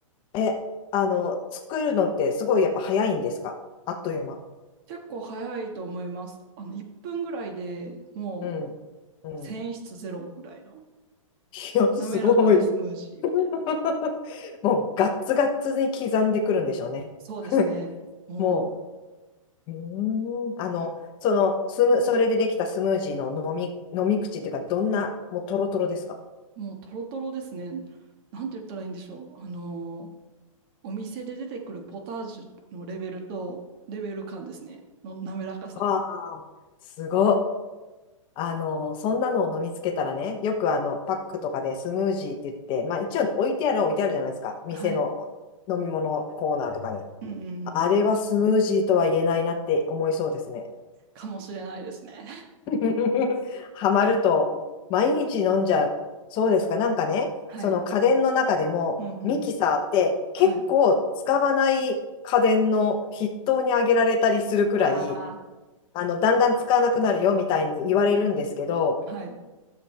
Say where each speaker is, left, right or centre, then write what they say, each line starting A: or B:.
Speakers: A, on the left; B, on the right.
A: え、あの、作るのってすごいやっぱ早いんですかあっという間。
B: 結構早いと思います。あの、1分ぐらいでもう、
A: うん。うん。
B: 繊維質ゼロぐらいの
A: いや、すごい。
B: 滑らかなスムージーみたいな。
A: <laughs> もうガッツガッツに刻んでくるんでしょうね。
B: そうですね。
A: <laughs>
B: もう、
A: もう、うーん、あの、その、スム、それでできたスムージーの飲み、飲み口っていうか、どんな、もうトロトロですか
B: もうトロトロですね。なんて言ったらいいんでしょう。あのーお店で出てくるポタージュのレベルと、レベル感ですね。の滑らかさ。
A: ああ、すごっ。あの、そんなのを飲みつけたらね、よくあの、パックとかでスムージーって言って、まあ一応置いてあるは置いてあるじゃないですか。店の
B: はい。
A: 飲み物コーナーとかに。
B: うんうんうん。
A: あれはスムージーとは言えないなって思いそうですね。
B: かもしれないですね。
A: <laughs> ハマると、毎日飲んじゃう。そうですか。なんかね、
B: <laughs> はい。
A: その家電の中でも、
B: うんうん。
A: ミキサーって結構使わない家電の筆頭に挙げられたりするくらい、
B: はい。あ
A: あの、だんだん使わなくなるよみたいに言われるんですけど、
B: あ、はい。